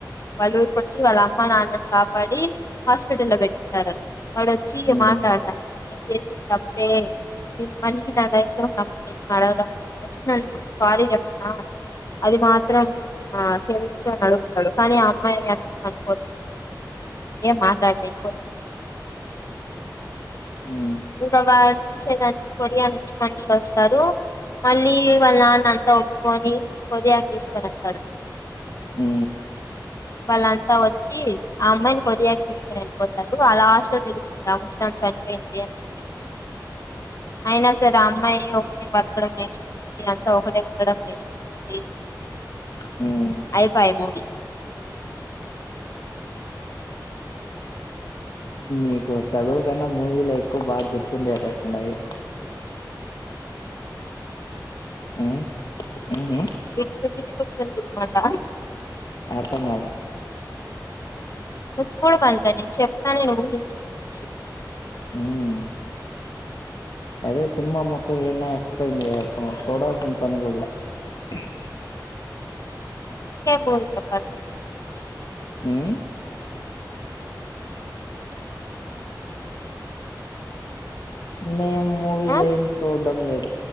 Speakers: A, on the left; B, on the left.
A: వాళ్ళ ఊరికి వచ్చి వాళ్ళ అమ్మ నాన్నని కాపాడి హాస్పిటల్లో పెట్టింటారు. వాడొచ్చి
B: మ్మ్
A: మాట్లాడతాను నేను చేసింది తప్పే నేన్ మళ్ళీ నా లై లో అడగడం జస్ట్ నేను సారీ చెప్తునా అది మాత్రం ఆ క్షమించని అడుగుతడు కనీ ఆ అమ్మాయి అంటనిపోదు ఏం మాట్లాడదు ఎల్లిపో
B: మ్మ్
A: ఇంకా వాడు చూసేదానికి కొరియా నుంచి మనుషులు వస్తారు మళ్ళీ వాళ్ళ నాన్న అంతా ఒప్పుకొని కొరీయాకి తీస్కొని వెళ్తాడు.
B: మ్
A: వాళ్ళంతా వచ్చి ఆ అమ్మాయిని కొరియాక్ తీస్కొని ఎళ్ళిపోతారు. ఆ లాస్ట్లో తెలుస్తుంది ఆ ముసలామ చనిపోయింది అని చెప్పి అయినా సరే ఆ అమ్మాయి ఒకటి బతకడం నేర్చుకుంటుంది. అంతా ఒకటే ఉండడం నేర్చుకుంటుంది
B: మ్మ్ మ్మ్
A: అయిపాయే మూవీ
B: నీకు చదువు కన్నా మూవీలే ఎక్కువ బాగా గుర్తుండేటట్టు ఉన్నాయీ మ్మ్ మ్మ్
A: <unintelligible>
B: అర్థం కాల
A: నిన్ను చూడమన్లె నేన్ చెప్తాను ఊహించుకోవచ్చు
B: మ్మ్ అదే సినిమా మొత్తం ఈడ్నే ఎక్స్ప్లెయిన్ చేసేస్తున్నవ్ చూడాల్సిన పని గుడా లే
A: <unintelligible>
B: మ్ మేం మూవీలు
A: ఆ
B: ఏం చూడ్డం లేదు.